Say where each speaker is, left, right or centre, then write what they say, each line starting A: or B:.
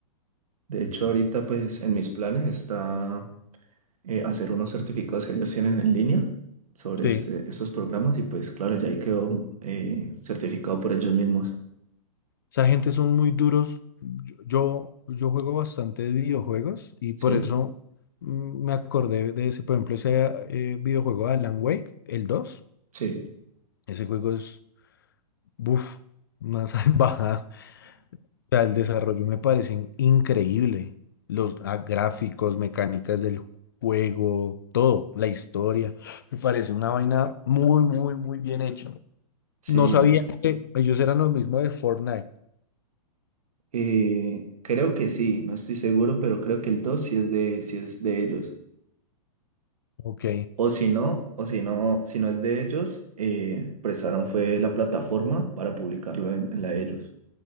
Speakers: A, on the right (about 65°); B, on the left (about 35°).
A: De hecho ahorita pues en mis planes está eh, hacer unos certificados que ellos tienen en línea sobre
B: Sí,
A: este, estos programas y pues claro, ya ahí quedó eh, certificado por ellos mismos.
B: esa gente son muy duros. Yo, yo, juego bastante de videojuegos y
A: Sí,
B: por eso mm, me acordé de ese, por ejemplo, ese eh, videojuego de Alan Wake, el dos
A: sí,
B: Ese juego es, buf, una <laughs> salvajada. sea, el desarrollo me parecen increíble. Los ah, gráficos, mecánicas del juego, todo, la historia. Me parece una vaina muy, muy, muy bien hecha.
A: sí.
B: No sabía
A: la-
B: que ellos eran los mismos de Fortnite.
A: Eh, creo que sí, no estoy seguro, pero creo que el 2 sí es de, sí es de ellos.
B: Ok.
A: O si no, o si no, si no es de ellos, eh, prestaron fue la plataforma para publicarlo en, en la de ellos.